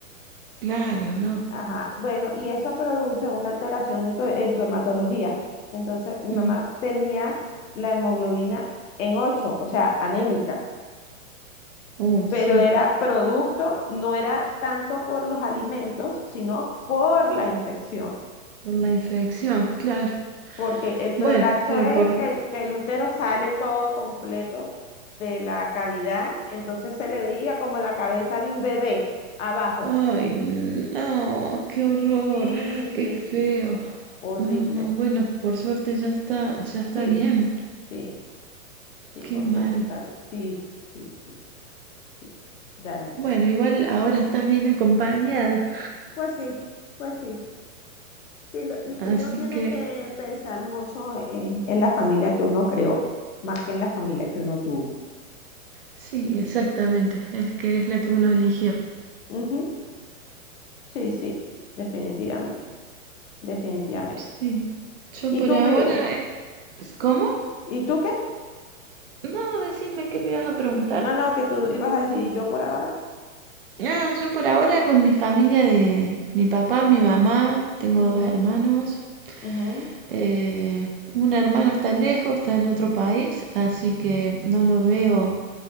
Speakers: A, on the right (about 40°); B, on the left (about 60°).
A: claro, no.
B: Ajá, bueno, y eso produce una alteración en tu, en tu hematología. Entonces, mi
A: Mm,
B: mamá tenía la hemoglobina en 8, o sea, anémica,
A: Uy,
B: pero
A: sí,
B: era producto, no era tanto por los alimentos, sino por la infección.
A: por la infección, claro.
B: porque el
A: Bueno,
B: prolapso
A: pero
B: es
A: por...
B: que el, que el útero sale todo completo de la cavidad, entonces se le veía como la cabeza de un bebé abajo.
A: Ay, no, qué horror,
B: Sí,
A: qué
B: sí,
A: feo.
B: sí, horrible.
A: No, no, bueno, por suerte ya está, ya está
B: Sí,
A: bien.
B: sí, sí,
A: Qué
B: por
A: mal.
B: suerte está bien. Sí, sí, sí, sí, realmente.
A: Bueno, igual ahora estás bien acompañada,
B: Pues sí, pues sí. Sí, lo- l-
A: así
B: uno tiene
A: que
B: que pensar mucho eh, en la familia que uno creó, más que en la familia que uno tuvo.
A: sí, exactamente, es que es la que uno eligió.
B: Ujú, Sí, sí, definitivamente, definitivamente.
A: Sí, yo
B: ¿Y
A: por
B: tú,
A: ahora...
B: Vi-
A: eh, ¿Cómo?
B: ¿Y tú qué?
A: No, decime qué me ibas a preguntar.
B: No, no, que tú ibas a decir, ¿y yo por ahora?
A: Ah, yo por ahora con mi familia de mi papá, mi mamá, tengo
B: Ujú,
A: dos hermanos.
B: ujú,
A: Eh, un hermano está lejos, está en otro país, así que no lo veo